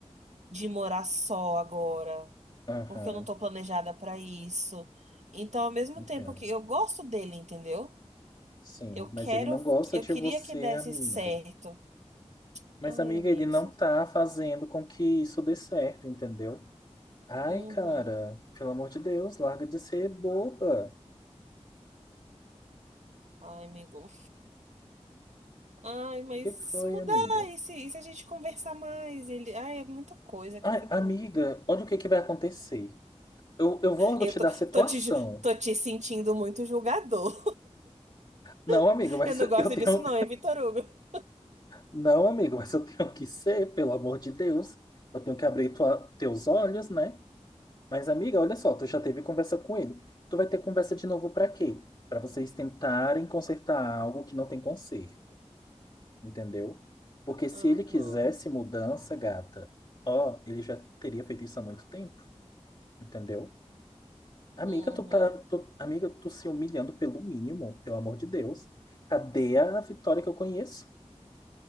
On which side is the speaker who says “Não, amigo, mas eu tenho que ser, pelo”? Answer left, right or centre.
Left